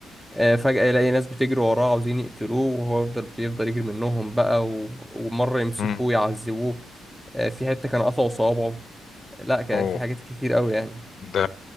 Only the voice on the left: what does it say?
امم
اوه
ده